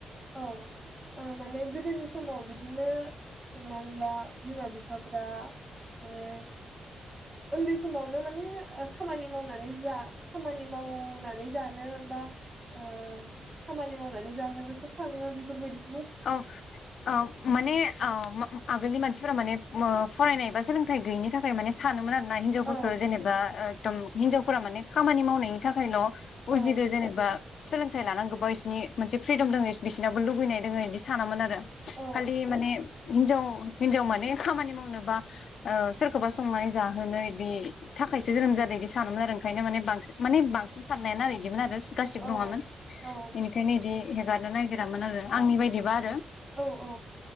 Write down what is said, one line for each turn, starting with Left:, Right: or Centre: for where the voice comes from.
Right: औ ओ माने गोदोनि समाव बिदिनो हमनानै ला बिमा बिफाफ्रा माने ओन्दै समावनो माने ओ खामानि मावनानै जा खामानि मावनानै जानो बा ओ खामानि मावनानै जाहोनो सो खाङो बेफोरबायदिस
Left: औ औ माने औ आगोलनि मानसिफोरा माने औ फरायनाय बा सोलोंथाइ गैयैनि थाखाय माने सानोमोन आर ना हिनजावफोरखो
Right: औ
Left: जेनेबा एकदम हिनजावफोरा माने खामानि मावनायनि थाखायल'
Right: औ
Left: उजिदो जेनेबा सोलोंथाइ लानांगोबा इसिनि मोनसे फ्रिदम दोङो बिसोनाबो लुुबैनाय दोङो इदि सानामोन आरो।
Right: औ
Left: खालि माने हिनजाव हिनजाव माने खामानि मावनोबा आ सोरखौबा संनानै जाहैनो इदि थाखायसो जोनोम जादों इदि सानोमोन आरो ओंखायनो माने बांसिन माने बांसिन साननायानो आरो इदिमोन आरो <unintelligible> गासिबो
Right: औ
Left: नङामोन
Right: औ
Left: बेनिखायनो इदि गानो नायगिरामोन आरो बे बायदिबा आरो
Right: औ औ